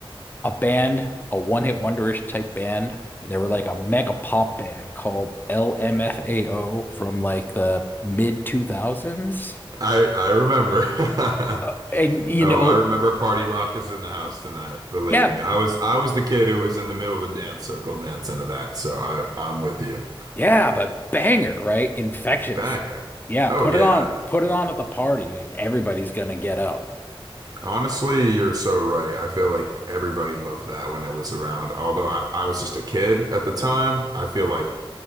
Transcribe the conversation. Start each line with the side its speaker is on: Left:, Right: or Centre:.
Left: a band, a one-hit wonderish type band. They were like a mega pop band called LMFAO from like the mid 2000s.
Right: I I remember. <laughs>
Left: Uh, and you
Right: Oh,
Left: know,
Right: I remember Party Rock is in the house tonight. Believe
Left: yeah,
Right: me, I was I was the kid who was in the middle of the dance circle dancing to that. So I I'm with you.
Left: yeah, but banger, right? Infectious.
Right: Banger.
Left: Yeah,
Right: Oh
Left: put
Right: yeah.
Left: it on, put it on at the party and everybody's gonna get up. <laughs>
Right: Honestly, you're so right. I feel like everybody loved that when it was around. Although I, I was just a kid at the time, I feel like